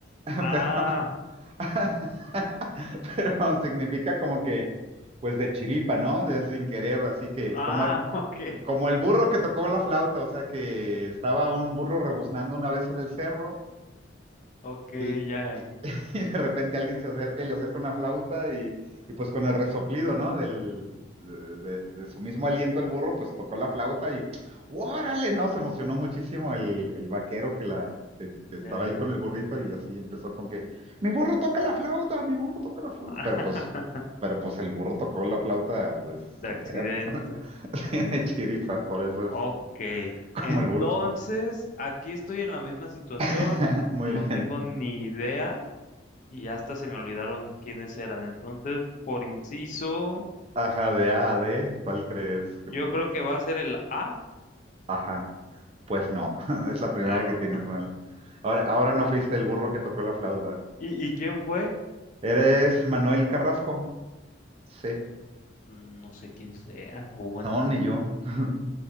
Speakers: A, on the right; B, on the left.
A: <laughs>
B: ah,
A: pero, <laughs> pero significa como que, pues de chiripa, ¿no? De sin querer, así que
B: ah,
A: como,
B: <laughs> ok,
A: como el burro que tocó la flauta, o sea que estaba un burro rebuznando una vez en el cerro
B: ok,
A: y,
B: ya, ya,
A: y- <laughs> y de repente alguien se acerca y le acerca una flauta y, y pues con el resoplido, ¿no? Del, de, de- de su mismo aliento el burro, pues tocó la flauta y ¡órale! No, se emocionó muchísimo el, el vaquero que, la, que, que
B: ya,
A: estaba
B: ya.
A: ahí con el burrito y así empezó con que ¡mi burro toca la flauta! ¡mi burro toca la flauta!
B: <laughs>
A: Pero pues, pero pues el burro tocó la flauta pues
B: De
A: sin
B: accidente,
A: querer, <laughs>
B: sí,
A: de chiripa, por eso
B: ok.
A: es como
B: Entonces,
A: el burro.
B: aquí estoy en la misma situación,
A: <laughs> Muy
B: no tengo
A: bien.
B: ni idea y hasta se me olvidaron quiénes eran. Entonces, por inciso,
A: Ajá, de A a D, ¿cuál crees que
B: yo
A: podría
B: creo que va a ser el A.
A: Ajá. Pues no, <laughs> es la primera
B: Oh,
A: vez que tienes
B: <laughs>
A: mal. Ahora, ahora no fuiste el burro que tocó la flauta.
B: ¿Y, y quién fue?
A: ¿Eres Manuel Carrasco? Sí.
B: Mm, No sé quién sea, o bueno,
A: No, ni yo. <laughs>